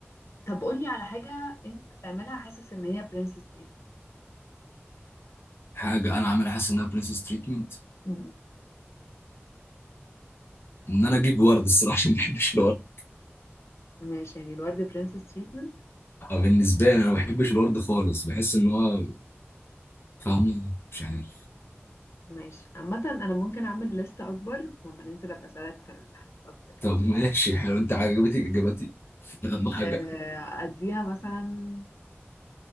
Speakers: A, on the left; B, on the left.
A: طب قولي على حاجة انت بتعملها حاسس ان هي برنسس تريتمنت
B: حاجه انا عامل حاسس انها برنسس تريتمنت
A: امم
B: ان انا اجيب ورد الصراحه عشان ما بحبش الورد
A: ماشي يعني الورد برنسس تريتمنت
B: آه، بالنسبه لي انا ما بحبش الورد خالص بحس ان هو فاهمه مش عارف
A: ماشي عامة انا ممكن اعمل لستة اكبر وما ننزل ابقى اسألك في الحاجات اكتر
B: طب ماشي حلو انت عجبتك اجابتي <laughs> اهم حاجه
A: آه، أديها مثلا